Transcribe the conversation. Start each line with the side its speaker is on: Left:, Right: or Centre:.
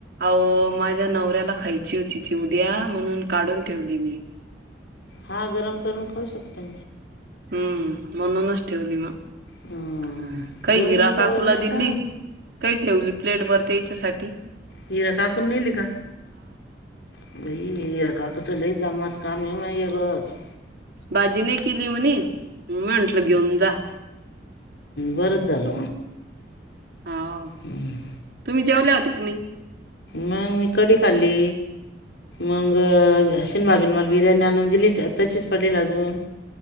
Right: अहो माझ्या नवऱ्याला खायची होती ती उद्या म्हणून काढून ठेवली मी.
Left: हा गरम करून खाऊ शकतो.
Right: हम्म म्हणूनच ठेवली मग
Left: हम्म
Right: काही
Left: दोन
Right: हिरा
Left: मिनिटं
Right: काकूला
Left: बोलणं
Right: दिली.
Left: का
Right: काही ठेवली प्लेट भरते याच्यासाठी.
Left: हिरा काकून नेल का बई हिरा काक चलत द मस् का आमही मग वगळंच.
Right: बाजी नाही केली म्हनी म म्हटलं घेऊन जा.
Left: बर झाल.
Right: हा
Left: हम्म.
Right: तुम्ही जेवला होत्या नाही.
Left: मग मी कडी खाल्ली. मग शिनवा <unintelligible> बिर्याणी आणून दिली त तशीच पडलेल अजून.